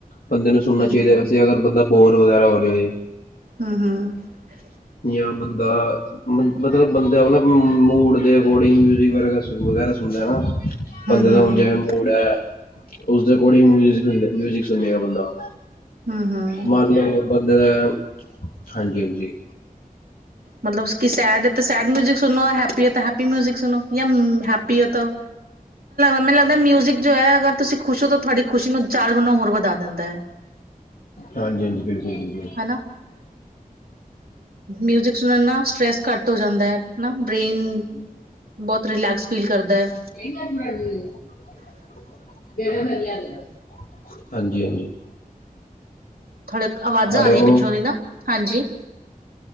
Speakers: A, on the left (about 70°); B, on the right (about 85°).
A: ਬੰਦੇ ਨੂੰ ਸੁਣਨਾ
B: ਹੂੰ,
A: ਚਾਹੀਦਾ
B: ਹੂੰ,
A: ਵੈਸੇ ਅਗਰ ਬੰਦਾ ਬੋਰ ਵਗੈਰਾ ਹੋ ਰਿਹਾ ਹੋਏ।
B: <unintelligible>
A: ਜਿਵੇਂ ਬੰਦਾ ਮਤਲਬ ਬੰਦਾ ਓਨਾ ਮੂਡ ਦੇ ਅਕੋਰਡਿੰਗ ਮਿਊਜਿਕ ਵਗੈਰਾ ਵਗੈਰਾ ਸੁਣ। ਹਨਾ। ਬੰਦੇ
B: ਹੂੰ,
A: ਦਾ ਹੁਣ ਜੈਵੇ ਮੂਡ ਹੈ ਉਸਦੇ ਅਕੋਡਿੰਗ ਮਿਊਜਿਕ ਸਿਕੰਡ ਮਿਊਜਿਕ ਸੁੰਨੇਗਾ ਬੰਦਾ।
B: ਹੂੰ, ਹੂੰ।
A: ਮੰਨ ਲਓ ਬੰਦੇ ਦਾ <unintelligible> ਹਾਂਜੀ ਹਾਂਜੀ।
B: ਮਤਲਬ ਕਿ ਸੈਡ ਏ ਤੇ ਸੈਡ ਮਿਊਜਿਕ ਸੁਣਨਾ ਹੈਪੀ ਹੈ ਹੈਪੀ ਮਿਊਜਿਕ ਸੁਣੋ ਯਾ ਹੈਪੀ ਹੈ ਤਾਂ ਮੈਨੂੰ ਲੱਗਦਾ ਮਿਊਜ਼ਿਕ ਜੋ ਹੈ ਅਗਰ ਤੁਸੀਂ ਖੁਸ਼ ਹੋ ਤੇ ਤੁਹਾਡੀ ਖੁਸ਼ੀ ਨੂੰ ਚਾਰ ਗੁਨਾ ਹੋਰ ਵਧਾ ਦਿੰਦਾ ਹੈ।
A: ਹਾਂਜੀ ਹਾਂਜੀ, ਬਿਲਕੁਲ ਬਿਲਕੁਲ।
B: ਹਨਾ ਮਿਊਜਿਕ ਸੁਣਨ ਨਾਲ ਸਟ੍ਰੈਸ ਘੱਟ ਹੋ ਜਾਂਦਾ ਹੈ ਹਨਾ ਬ੍ਰੇਨ ਬਹੁਤ ਰਿਲੈਕਸ ਫੀਲ ਕਰਦਾ ਹੈ।
A: <inaudible>
B: <inaudible>
A: ਵੇਖ ਲੋ ਮੈਂ ਲਿਆ ਦੇਣਾ ਆ ਹਾਂਜੀ ਹਾਂਜੀ।
B: ਥੋੜੀ ਆਵਾਜ਼ਾਂ
A: ਹੈਲੋ
B: ਆ ਰਹੀਆਂ ਪਿੱਛੋਂ ਦੀ ਨਾ ਹਾਂਜੀ।